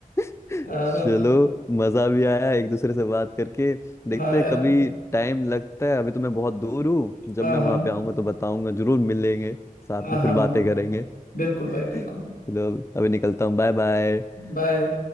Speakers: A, on the left (about 20°); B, on the left (about 85°).
A: <laughs>
B: हाँ
A: चलो मजा भी आया एक दूसरे से बात करके देखते
B: हाँ
A: हैं
B: यार
A: कभी टाइम लगता है अभी तो मैं बहुत दूर हूँ जब
B: हाँ
A: मैं वहां
B: हाँ
A: पे आऊंगा तो बताऊंगा जरूर मिलेंगे साथ
B: हाँ
A: में
B: हाँ
A: फिर बातें
B: हाँ
A: करेंगे <laughs>
B: बिल्कुल भाई बिल्कुल
A: चलो अभी अभी निकलता हूँ Bye bye
B: बाय